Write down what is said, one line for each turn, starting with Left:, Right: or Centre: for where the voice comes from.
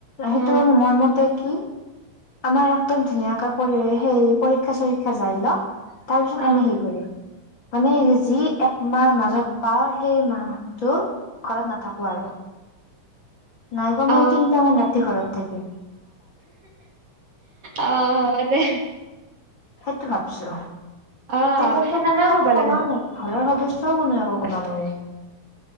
Left: সেইটো
Right: অ
Left: কাৰানে, মোৰ মতে কি আমাৰ একদম ধুনীয়াকে, পৰি সেই পৰীক্ষা, চৰীক্ষা যাই লক। তাৰপিছত,
Right: অ
Left: আমি হেই কৰিম। মানে যি, এক মাহ মাজত পাওঁ, সেই মাহতটো ঘৰত নাথাকো। নোৱাৰো। নাই, কমে
Right: অ
Left: তিনিটা, মান ৰাতি ঘৰত। তাকে
Right: অ, হব দে।
Left: সেইটো ভাবছো।
Right: অ
Left: তেতিয়ানটো,
Right: সেনেকে
Left: কোনো একো
Right: কৰবা
Left: কবাও
Right: লাগব
Left: নোৱাৰে, ঘৰৰ সদস্য। তাতেও কোনেও, একো কব নৰে।